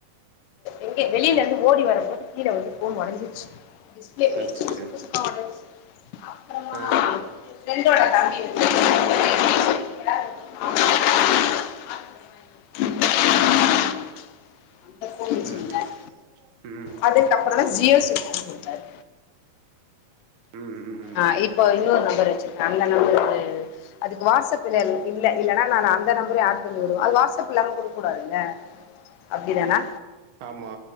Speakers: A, on the left; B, on the right.
A: எங்க வெளியில இருந்து ஓடி வரும்போது கீல வந்து போன் உடஞ்சிச்சி டிஸ்பிளே போயிருச்சு
B: அச்சச்சோ
A: <unintelligible> அப்புறமா
B: ஆ
A: ப்ரெண்டோட தம்பி வந்து வேற போன் வாங்கணும் ஆஃபர்ல வாங்கி கொடுத்தான் அந்த போன் வச்சு
B: ம்
A: இருந்தேன்
B: ம்
A: அதுக்கப்புறம் தான் ஜியோ சிம் வாங்கி கொடுத்தாரு
B: ம் ம்
A: ஆன் இப்ப இன்னொரு நம்பர் வெச்சிருக்கேன் அந்த நம்பர் அதுக்கு வாப் இஇல்ல இல்லன அந்த நம்பரையும் ஆட் பண்ணி விடுவேன் அது வாட்ஸாப்ப் இல்லாம கொடுக்கக் கூடாது இல்ல அப்படி தானா
B: ஆமா